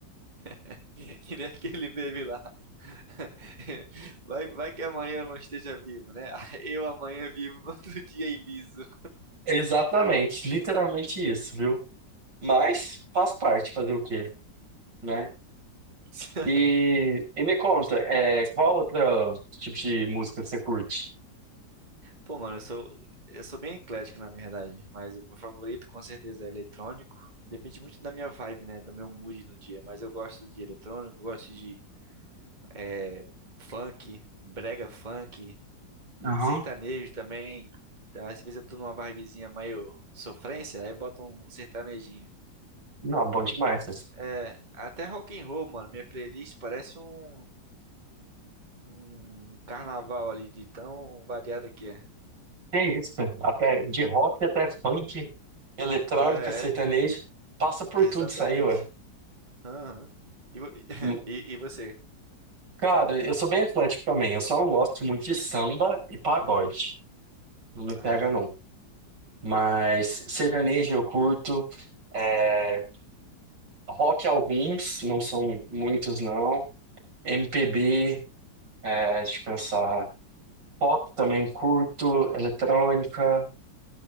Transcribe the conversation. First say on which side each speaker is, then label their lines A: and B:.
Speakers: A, on the right; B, on the right.
A: <laughs> que nem aquele meme lá. <laughs> Vai, vai que amanhã eu não esteja vivo, né? <laughs> Eu amanhã vivo, no outro dia é liso.
B: Exatamente, literalmente isso, viu? Mas faz parte fazer o quê, né?
A: <laughs>
B: E, e me conta, é, qual outro tipo de música você curte?
A: Pô, mano, eu sou, eu sou bem eclético, na verdade, mas o meu favorito com certeza é eletrônico. Depende muito da minha vibe, né? Do meu mood no dia, mas eu gosto de eletrônico, gosto de eh, funk, brega funk,
B: Aham.
A: sertanejo também. Tá, Às vezes eu tô numa vibezinha meio sofrência, aí bota um, um sertanejinho.
B: Não, bom demais. César.
A: É, até rock and roll, mano, minha playlist parece um, um carnaval ali, de tão variada que é.
B: Que isso, cara? até de rock até funk, eletrônica,
A: É,
B: sertanejo,
A: é,
B: passa por
A: exatamente.
B: tudo isso aí, ué.
A: Aham. E, vo-
B: Hum,
A: <laughs> e, e você?
B: Cara, eu sou bem eclético também, eu só não gosto muito de samba e pagode. Não me pega,
A: Ah.
B: não. Mas sertanejo eu curto, é, Rock alguns, não são muitos não. MPB, é, deixa eu pensar. Pop também curto, eletrônica.